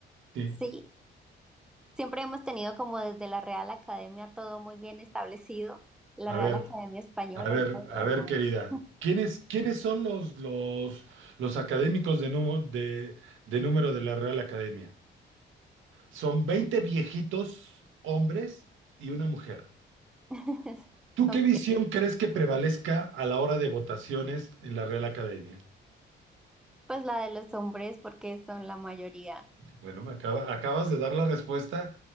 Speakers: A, on the right; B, in the centre.
A: sí,
B: sí. Siempre hemos tenido como desde la Real Academia todo muy bien establecido, la
A: a
B: Real
A: ver.
B: Academia Española
A: A ver,
B: y todo lo
A: a
B: demás.
A: ver, querida, ¿quiénes, quiénes son los, los, los académicos de, numo- de, de número de la Real Academia? Son 20 viejitos, hombres y una mujer.
B: <laughs>
A: ¿Tú
B: Ok,
A: qué visión crees que prevalezca a la hora de votaciones en la Real Academia?
B: Pues la de los hombres porque son la mayoría.
A: Bueno, me acaba- acabas de dar la respuesta